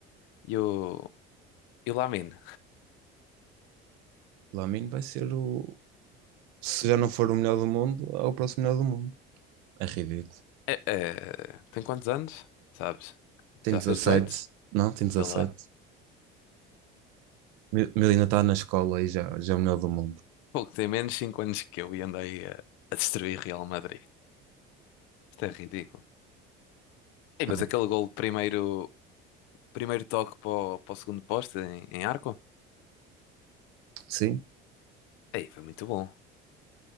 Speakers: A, on the left; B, on the right.
A: E o, e o Lamine?
B: Lamine vai ser o. Se já não for o melhor do mundo, é o próximo melhor do mundo. É ridículo.
A: É, é, tem quantos anos? Sabes?
B: Tem
A: Já
B: Ele
A: fez dezoito
B: Não, tem 17.
A: Vê lá.
B: Mi- Milena está na escola e já, já é o melhor do mundo.
A: pouco tem menos cinco anos que eu e andei a, a destruir Real Madrid. Isto é ridículo. Ei,
B: Não
A: mas
B: é?
A: aquele gol de primeiro, primeiro toque para o, para o segundo poste em, em arco?
B: Sim.
A: Ei, foi muito bom.